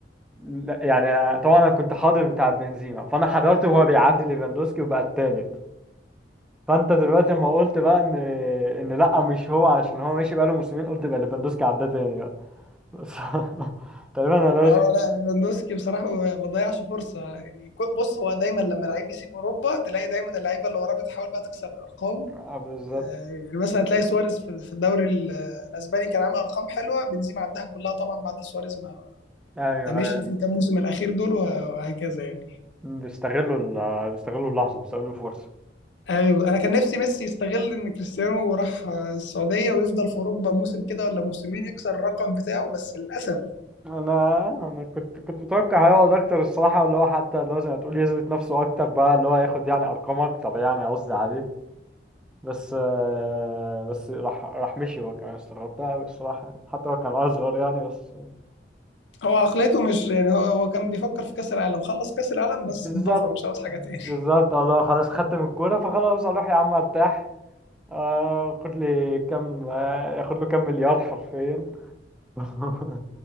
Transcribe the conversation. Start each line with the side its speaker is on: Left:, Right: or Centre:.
Centre: لا- يعني طبعا انا كنت حاضر بتاع بنزيما فانا حضرته وهو بيعدي ليفاندوسكي وبقى التالت فانت دلوقتي لما قلت بقى ان ان لا مش هو عشان هو ماشي بقاله موسمين قلت بقى ليفاندوسكي عداه تاني بقى بس <laughs> تقريبا انا لازم
Left: اه لا ليفاندوسكي بصراحه ما بيضيعش فرصه يعني كو- بص هو دايما لما لعيب يسيب اوروبا تلاقي دايما اللعيبه اللي وراه بتحاول بقى تكسر ارقامه
Centre: آه، بالظبط
Left: آه، يعني مثلا تلاقي سواريز في في الدوري ال- الاسباني كان عامل ارقام حلوه بنزيما عدها كلها طبعا بعد سواريز ما
Centre: ايوه
Left: ما مشي
Centre: ايوه
Left: في الكام موسم الاخير دول وهكذا يعني
Centre: بيستغلوا ال- بيستغلوا اللحظه بيستغلوا الفرصه
Left: ايوه انا كان نفسي ميسي يستغل ان كريستيانو راح آه، السعوديه ويفضل في اوروبا موسم كده ولا موسمين يكسر الرقم بتاعه بس للاسف
Centre: انا انا كنت كنت متوقع هيقعد اكتر الصراحه اللي هو حتى اللي هو زي ما تقول يثبت نفسه اكتر بقى اللي هو ياخد يعني ارقام اكتر يعني قصدي عليه بس آه، بس راح راح مشي هو كمان استغربت أوي الصراحه حتى هو كان اصغر يعني بس
Left: هو عقليته مش يعني هو هو كان بيفكر في كاس العالم خلص كاس العالم بس
Centre: بالظبط
Left: انطفى مش عاوز حاجه تاني
Centre: بالظبط الله خلاص خدت من الكوره فخلاص اروح يا عم ارتاح آه، خد لي كام آه، ياخد له كام مليار حرفيا <laughs>